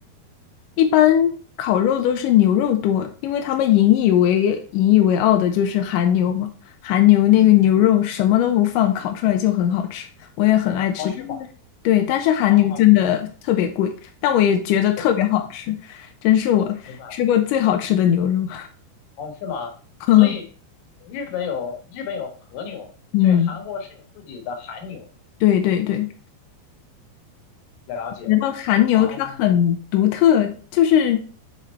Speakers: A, on the left (about 85°); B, on the left (about 60°).
A: 一般烤肉都是牛肉多，因为他们引以为引以为傲的就是韩牛嘛。韩牛那个牛肉什么都不放，烤出来就很好吃，我也很爱吃。
B: 哦，是吗？
A: 但是，对，但是韩牛真的特别贵，
B: 哦，
A: 但我也觉得特别好吃，
B: 特别贵，
A: 真是我吃过最好吃的牛肉。
B: 明白。哦，是吗？
A: <laughs>
B: 所以日本有日本有和牛，
A: 嗯，
B: 所以韩国是有自己的韩牛。
A: 对对对，
B: 了解了，
A: 觉得韩牛它很独特，
B: 哦，
A: 就是